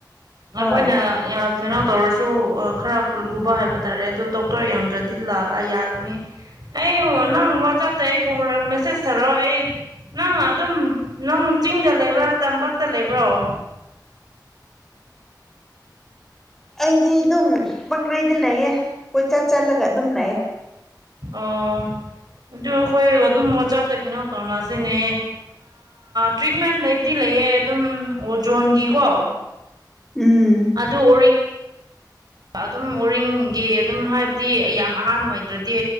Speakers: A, in the centre; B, on the right (about 60°).
A: ꯍꯣꯏ
B: ꯑꯈꯣꯏꯅ ꯌꯥꯝ ꯀꯩꯅꯣ ꯇꯧꯔꯁꯨ ꯈꯔ ꯂꯨꯕ ꯍꯥꯏꯕ ꯇꯥꯔꯦ ꯑꯗꯨ ꯗꯣꯛꯇꯔ ꯌꯥꯡꯗ꯭ꯔꯗꯤ ꯗꯨꯅ ꯌꯥꯒꯅꯤ ꯑꯩꯕꯨ ꯅꯪ ꯋꯥꯆꯞꯇꯩ ꯑꯩ ꯄꯨꯔꯝ ꯃꯦꯁꯦꯁ ꯊꯥꯔꯛꯑꯣ ꯑꯩ ꯅꯪ ꯑꯗꯨꯝ ꯅꯪ ꯆꯤꯡꯗ ꯂꯩꯕ꯭ꯔꯥ ꯇꯝꯄꯥꯛꯇ ꯂꯩꯕ꯭ꯔꯣ <inaudible>
A: ꯑꯩꯗꯤ ꯑꯗꯨꯝ ꯄꯪꯂꯩꯗ ꯂꯩꯌꯦ ꯀꯣꯏꯆꯠ ꯆꯠꯂꯒ ꯑꯗꯨꯝ ꯂꯩꯌꯦ
B: ꯑꯣ ꯑꯗꯨ ꯑꯩꯈꯣꯏ ꯑꯗꯨꯝ ꯋꯥꯆꯞꯇ ꯀꯩꯅꯣ ꯇꯧꯅꯁꯤꯅꯦ ꯇ꯭ꯔꯤꯠꯃꯦꯟ ꯂꯩꯕꯗꯤ ꯂꯩ ꯂꯩꯌꯦ ꯑꯗꯨꯝ ꯑꯣꯖꯣꯟꯒꯤꯀꯣ
A: ꯎꯝ
B: ꯑꯗꯨ ꯑꯣ ꯑꯗꯨꯝ ꯎꯔꯤꯡꯒꯤ ꯑꯗꯨꯝ ꯍꯥꯏꯕꯗꯤ ꯌꯥꯝ ꯑꯍꯥꯟꯕ ꯑꯣꯏꯗ꯭ꯔꯗꯤ